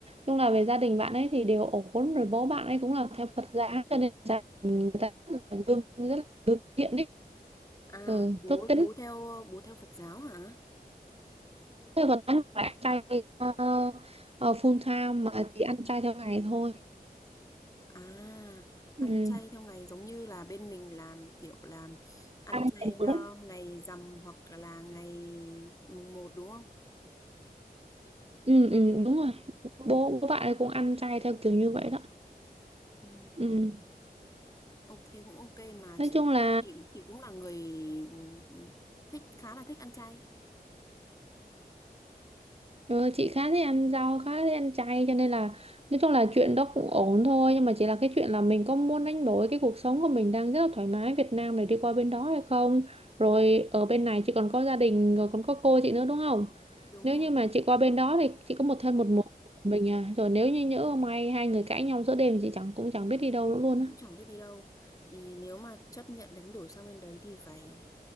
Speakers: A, on the right; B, on the left.
A: chung là về gia đình bạn ấy thì đều ổn rồi bố bạn ấy cũng là theo Phật giáo cho nên gia đình người ta rất là gương rất là gương thiện đấy
B: à
A: ừ,
B: bố
A: tốt tính
B: bố theo bố theo Phật giáo hả
A: Thế còn ăn phải ăn chay ờ, ờ, full time mà chỉ ăn chay theo ngày thôi
B: À,
A: ừ.
B: ăn chay theo ngày giống như là bên mình làm kiểu làm ăn
A: ăn
B: chay
A: đầy đủ
B: ờ,
A: đó
B: ngày rằm hoặc là ngày mùng một đúng không?
A: ừ, ừ, đúng rồi bố bố bạn ấy cũng ăn chay theo kiểu như vậy đó
B: Ừ,
A: ừ.
B: ok cũng ok mà
A: nói
B: chị
A: chung là
B: chị chị cũng là người ừ, ừ, thích khá là thích ăn chay.
A: Ừ, chị khá thích ăn rau khá thích ăn chay cho nên là nói chung là chuyện đó cũng ổn thôi nhưng mà chỉ là cái chuyện là mình có muốn đánh đổi cái cuộc sống của mình đang rất là thoải mái Việt Nam để đi qua bên đó hay không rồi ở bên này chị còn có gia đình rồi còn có cô chị nữa đúng không
B: Đúng
A: nếu
B: rồi,
A: như mà chị qua bên đó thì chị có một thân một mình mình à rồi nếu như nhỡ may hai người cãi nhau giữa đêm thì chị chẳng cũng chẳng biết đi đâu nữa luôn á
B: cũng chẳng biết đi đâu. Thì nếu mà chấp nhận đánh đổi sang bên đấy thì phải